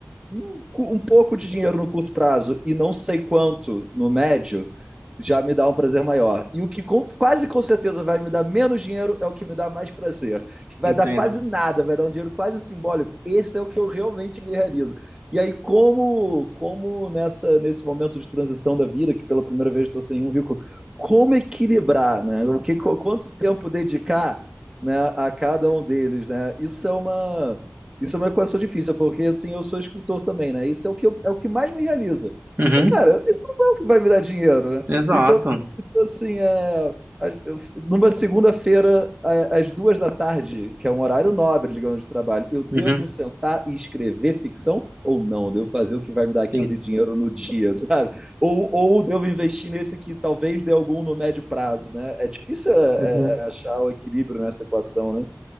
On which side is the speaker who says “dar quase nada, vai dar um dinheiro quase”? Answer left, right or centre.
Right